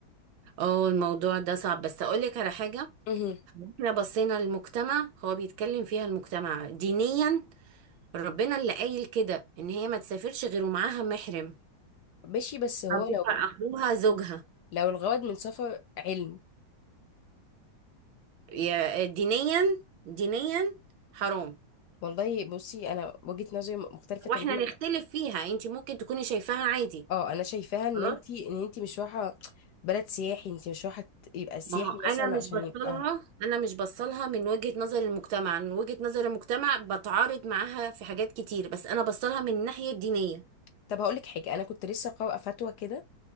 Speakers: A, on the right; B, on the left.
A: اه الموضوع ده صعب بس اقول لك على حاجه
B: امم
A: احنا بصينا للمجتمع هو بيتكلم فيها المجتمع دينيا ربنا اللي قايل كده ان هي ما تسافرش غير ومعاها محرم
B: ماشي بس هو
A: ابوها
B: لو
A: اخوها زوجها
B: لو الغرض من سفر علم
A: يا- دينيا دينيا حرام
B: والله بصي انا وجهه نظري مختلفه تماما
A: واحنا نختلف فيها انت ممكن تكوني شايفاها عادي
B: اه انا شايفاها ان
A: خلاص
B: انتي ان انتي مش رايحه بلد سياحي انتي مش رايحه يبقى سياحي
A: ما هو
B: مثلا
A: انا مش
B: عشان
A: بصلها
B: يبقى
A: انا مش بصلها من وجهة نظر المجتمع من وجهة نظر المجتمع بتعارض معاها في حاجات كتير بس انا بصلها من الناحية الدينية
B: طب هقولك حاجة أنا كنت لسه قارئة فتوى كده